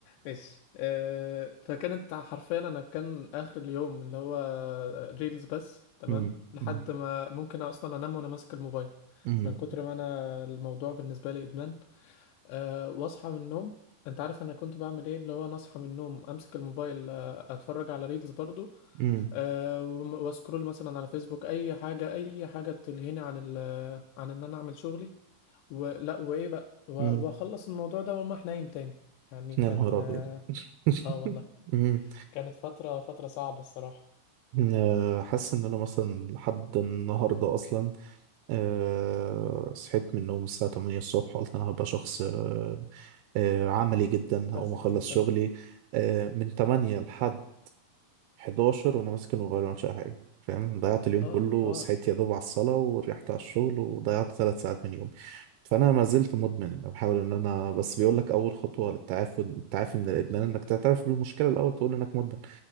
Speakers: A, on the left (about 80°); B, on the right (about 80°).
A: ماشي آه، فكانت حرفيا انا كان اخر اليوم اللي هو ريلز بس تمام
B: أمم،
A: لحد
B: أمم،
A: ما ممكن اصلا انام وانا ماسك الموبايل
B: أمم،
A: من كتر ما انا الموضوع بالنسبه لي ادمان أه واصحى من النوم انت عارف انا كنت بعمل ايه اللي هو انا اصحى من النوم امسك الموبايل آه، اتفرج على ريلز برضو
B: أمم،
A: أه وم- واسكرول مثلا على فيسبوك اي حاجه اي حاجه تلهيني عن ال عن ان انا اعمل شغلي ولا وايه بقى و-
B: أمم.
A: واخلص الموضوع ده واقوم رايح نايم تاني يعني كان
B: يا نهار أبيض <laughs>
A: اه والله
B: أمم.
A: كانت فترة فترة صعبة الصراحة
B: آه، حاسس إن أنا مثلا لحد النهاردة أصلا أه صحيت من النوم الساعة 8 الصبح قلت أنا هبقى شخص أه أه عملي جدا هقوم
A: دراسة
B: أخلص
A: جديدة
B: شغلي أه من 8 لحد 11 وأنا ماسك الموبايل ما عملتش أي حاجة فاهم ضيعت اليوم
A: اه
B: كله وصحيت
A: حوار
B: يا دوب على الصلاة وريحت على الشغل وضيعت ثلاث ساعات من يومي فأنا ما زلت مدمن أنا بحاول إن أنا بس بيقول لك أول خطوة للتعافي التعافي من الإدمان إنك تعترف بالمشكلة الأول تقول إنك مدمن